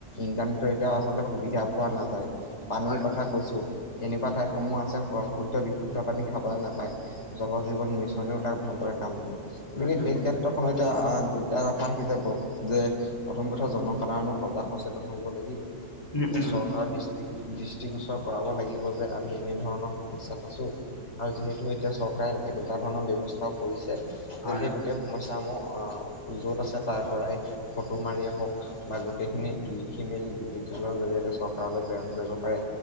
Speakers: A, on the left; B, on the left.
A: ইন্টাৰনেটৰ এতিয়াও আচলতে সুবিধা পোৱা নাযায়। পানীৰ
B: হয়
A: কথা কৈছো এনেকুৱা ঠাইসমূহ আছে <unintelligible> শুদ্ধ বিশুদ্ধ পানী খাব নাপায়। জল জীৱন মিছনেও তাত ভালদৰে কাম নকৰে। গতিকে
B: উম উম
A: সেই ক্ষেত্ৰখনত এতিয়া আ দুটা কথা আহি যাব যে প্ৰথম কথা জনসাধাৰণৰ সজাগ সচেতন হব লাগিব।
B: উম
A: যে
B: উম
A: চৰকাৰৰ দৃষ্টি দৃষ্টিগোচৰ কৰাব লাগিব যে আমি এনেধৰণৰ সমস্যাত আছোঁ, আৰু যিহেতু এতিয়া চৰকাৰে এনেকুৱা ধৰণৰ ব্যৱস্থাও কৰিছে,
B: হয়
A: যে সেই
B: হয়
A: গোটেই সমস্যাসমূহ আহ, যত আছে তাৰ পৰাই ফটো মাৰিএ হওঁক বা গোটেইখিনি লিখি মেলি ডিজিটেলৰ জৰিয়তে চৰকাৰলৈ প্ৰেৰণ কৰিব পাৰে।